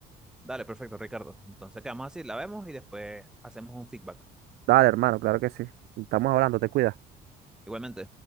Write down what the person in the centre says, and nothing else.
dale, perfecto, Ricardo. Entonces quedamos así, la vemos y después hacemos un feedback.
Igualmente.